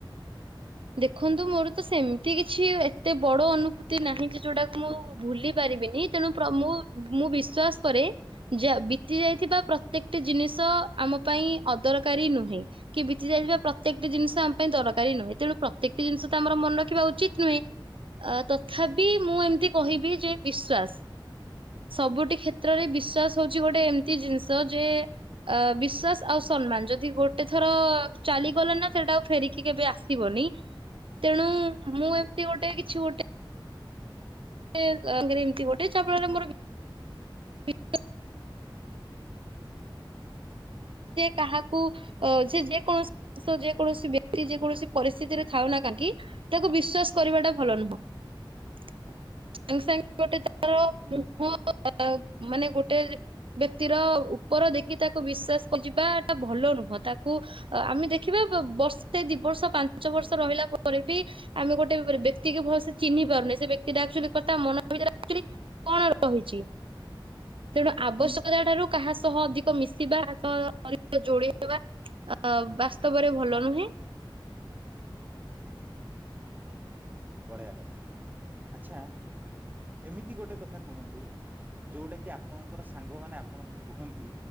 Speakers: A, on the right (about 85°); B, on the right (about 20°).
A: ଦେଖନ୍ତୁ ମୋର ତ ସେମିତି କିଛି ଏତେ ବଡ ଅନୁଭୂତି ନାହିଁ କି ଯୋଉଟାକୁ ମୁଁ ଭୁଲି ପାରିବିନି ତେଣୁ ମୁଁ ମୁଁ ବିଶ୍ଵାସ କରେ ଯେ ବିତି ଯାଇଥିବା ପ୍ରତ୍ୟେକଟି ଜିନିଷ ଆମ ପାଇଁ ଅଦରକାରୀ ନୁହେଁ କି ବିତି ଯାଇଥିବା ପ୍ରତ୍ୟେକଟି ଜିନିଷ ଆମ ପାଇଁ ଦରକାରୀ ନୁହେଁ ତେଣୁ। ପ୍ରତ୍ୟେକଟି ଜିନିଷ ତ ଆମର ମନେ ରଖିବା ଉଚିତ ନୁହେଁ ଅ ତଥାପି ମୁଁ ଏମତି କହିବି ଯେ ବିଶ୍ଵାସ ସବୁଠି କ୍ଷେତ୍ରରେ ବିଶ୍ୱାସ ହଉଛି ଗୋଟେ ଏମିତି ଜିନିଷ ଯେ ଅ ବିଶ୍ୱାସ ଆଉ ସମ୍ମାନ ଯଦି ଗୋଟେ ଥର ଚାଲିଗଲା ନା ସେଟା ଆଉ ଫେରିକି କେବେ ଆସିବନି। ତେଣୁ ମୁଁ ଏମିତି ଗୋଟେ କିଛି ଗୋଟେ। <unintelligible> ଙ୍ଗରେ ଏମିତି ଗୋଟେ ଚାଫଳରେ ମୋର <inaudible> <inaudible> କାହାକୁ ଯେ ଯେ କୌଣସି ଯେକୌଣସି ବ୍ୟକ୍ତି ଯେକୌଣସି ପରିସ୍ଥିତିରେ ଥାଉ ନା କାହିଁକି ତାକୁ ବିଶ୍ଵାସ କରିବାଟା ଭଲ ନୁହଁ ସାଙ୍ଗ୍ ସାଙ୍ଗ୍। ଗୋଟେ ତାର
B: ଭେରି
A: ମୁହଁ <inaudible> ଅ ଅ ଆଉ ମାନେ ଗୋଟେ ଗୋଟେ ବ୍ୟକ୍ତିର ଉପର ଦେଖି ତାକୁ ବିଶ୍ଵାସ ଯିବାଟା ଭଲ ନୁହଁ ତାକୁ ଆମେ ଦେଖିବା ବର୍ଷ ଦି ବର୍ଷ ପାଞ୍ଚ ବର୍ଷ ରହିଲା ପରେ ବି ଆମେ ଗୋଟେ ବ୍ୟକ୍ତି କି ଭଲସେ ଚିହ୍ନି ପାରୁନେ ସେ ବ୍ୟକ୍ତିଟାଚୁ କଥା ମନ ଭିତରେୁ କଣ ରହିଛି ତେଣୁ
B: ଗୁଡ
A: ଆବଶ୍ୟକତା
B: ନିଶ୍ଚୟ
A: ଠାରୁ କାହା ସହ ଅଧିକ ମିଶ କିବା କାହା <inaudible> ସହ ଅଧିକ ଯୋଡି ହେବା ଆ ବାସ୍ତବରେ ଭଲ ନୁହେଁ
B: ବଢିଆ କଥା କହିଲେ ଆଛା ଏମିତି ଗୋଟେ କଥା କୁହନ୍ତୁ ଯୋଉଟା କି ଆପଣଙ୍କର ସାଙ୍ଗମାନେ ଆପଣଙ୍କୁ କୁହନ୍ତି